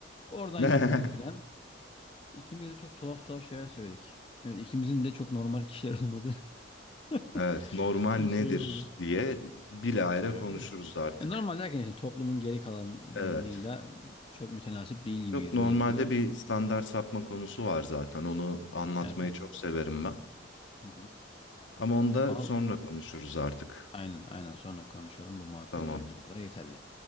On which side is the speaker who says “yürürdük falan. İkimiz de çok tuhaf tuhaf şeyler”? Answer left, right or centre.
Left